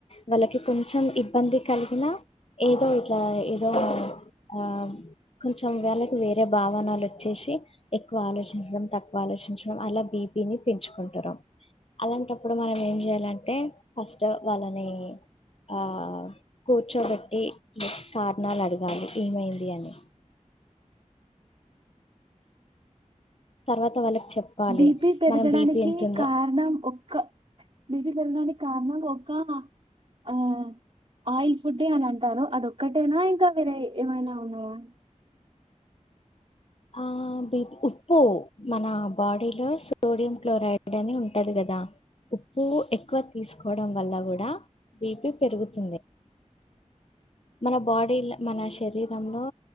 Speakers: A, on the left; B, on the right.
A: వాళ్ళకి కొంచెం ఇబ్బంది కలిగిన ఏదో ఇట్లా ఏదో ఆ కొంచెం వళ్ళకి వేరే భావనాలు వచ్చేసి ఎక్కువ ఆలోచించడం తక్కువ ఆలోచించడం అలా బీపి ని పెంచుకుంటారు అలాంటప్పుడు మనం ఏం చేయాలంటే ఫస్ట్ వాళ్ళని ఆ కూర్చోబెట్టి కారణాలు అడగాలి ఏమైంది అని తర్వాత వాళ్ళకి చెప్పాలి
B: బిపి పెరగడానికి
A: మనం బీపీ ఎంతుందో
B: కారణం ఒక్క బిది పెరగడానికి కారణం ఒక ఆ ఆయిల్ ఫుడ్ అని అంటారు అదొక్కటేనా ఇంకా వేరే ఏమైనా ఉన్నాయా
A: ఆ బ ఉప్పు మన బాడీలో సోడియం క్లోరైడ్ అని ఉంటది కదా ఉప్పు ఎక్కువ తీసుకోవడం వల్ల కూడా బీపి పెరుగుతుంది మన బాడీ మన శరీరంలో